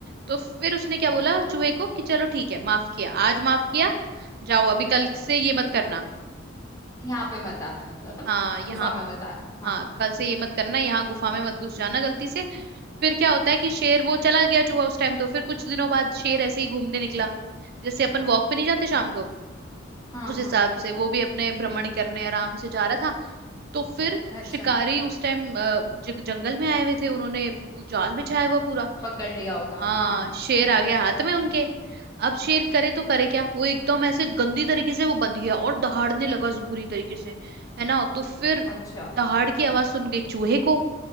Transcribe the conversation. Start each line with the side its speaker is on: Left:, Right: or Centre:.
Right: तो फिर उसने क्या बोला चूहे को कि चलो ठीक है माफ किया आज माफ किया जाओ अभी कल से ये मत करना
Left: यहाँ पे मत आना मतलब
Right: हाँ यहाँ
Left: गुफा में मत आना हाँ
Right: हाँ कल से ये मत करना यहाँ गुफा में मत घुस जाना गलती से फिर क्या होता है कि शेर वो चला गया चूहा उस टाइम तो फिर कुछ दिनों बाद शेर ऐसे ही घूमने निकला जैसे अपन वॉक पे नहीं जाते शाम को
Left: हाँ
Right: उस हिसाब
Left: हाँ हाँ
Right: से वो भी अपने भ्रमण करने आराम से जा रहा था तो फिर
Left: अच्छा
Right: शिकारी उस टाइम जंगल में आए हुए थे उन्होंने वो जाल बिछाया हुआ पूरा
Left: पकड़ लिया होगा
Right: हाँ
Left: हाँ
Right: शेर आ गया हाथ में उनके अब शेर करे तो करे क्या वो एकदम ऐसे गंदी तरीके से वो बंध गया और दहाड़ने लगा बुरी तरीके से है ना तो फिर
Left: अच्छा
Right: दहाड़ की आवाज सुन गई चूहे को